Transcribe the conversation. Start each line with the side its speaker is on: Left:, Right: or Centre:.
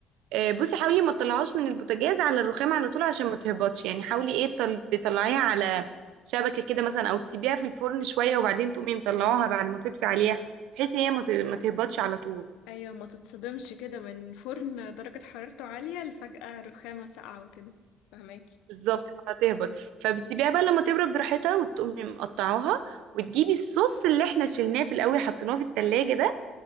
Right: آه، بصي حاولي ما تطلعهاش من البوتاجاز على الرخام على طول عشان ما تهبطش يعني حاولي ايه تل- تطلعيها على شبكه كده مثلا او تسيبيها في الفرن شويه وبعدين تقومي مطلعوها بعد ما تطفي عليها بحيث هي ما ت- ما تهبطش على طول
Left: ايوه ما تتصدمش كده من فرن درجه حرارته عاليه لفجأة رخامه ساقعه وكده فهماكي
Right: بالظبط هتهبط فبتسيبيها بقى لما تبرد براحتها وتقومي مقطعاها وتجيبي الصوص اللي احنا شلناه في الاول حطيناه في التلاجة ده